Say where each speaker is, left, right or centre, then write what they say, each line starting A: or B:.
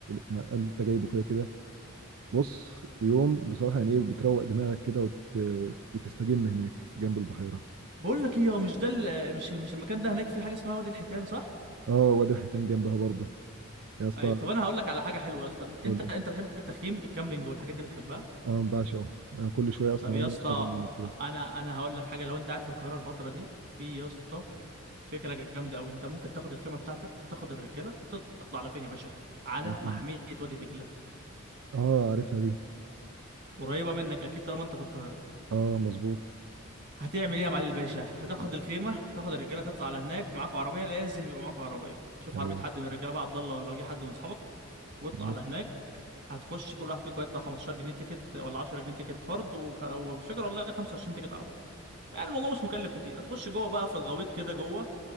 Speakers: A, on the right; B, on the right.
A: ما انت جايبه كده كده بص يوم بصراحه يعني ايه بتروق دماغك كده وت... وتستجم هناك جنب البحيره
B: بقول لك ايه هو مش ده ال- مش مش المكان ده هناك في حاجة اسمها وادي الحيتان صح
A: اه وادي الحيتان جنبها برضه يا اسطى
B: ايوه طب انا هقول لك على حاجة حلوة يا اسطى
A: قول
B: انت
A: لي
B: انت بتحب التخييم الكامبينج والحاجات دي بتحبها
A: اه ما بعشقه انا كل شويه اصلا
B: طب يا
A: انا
B: اسطى
A: واصحابي بنعمل كده
B: انا انا هقول لك حاجة لو انت قاعد في القاهرة الفترة دي في يا اسطى فكرة جامدة أوي أنت ممكن تاخد الخيمة بتاعتك تاخد الرجالة تطلع على فين يا باشا على
A: على فين
B: محمية وادي دجلة
A: اه عارفها دي
B: قريبة منك أكيد طالما أنت في القاهرة
A: اه مظبوط
B: هتعمل ايه يا معلم الباشا هتاخد الخيمه هتاخد الرجاله تطلع على هناك معاكوا عربيه لازم يبقى معاكوا عربيه شوف
A: ايوه
B: عربيه حد من الرجاله بقى عبد الله ولا واجي حد من صحابك واطلع
A: ماشي
B: على هناك هتخش كل واحد فيكم هيدفع 15 جنيه تيكت ولا 10 جنيه تيكت فرد وخ... ومش فاكر والله 25 تيكت عربيه يعني الموضوع مش مكلف كتير هتخش جوه بقى في الغويط كده جوه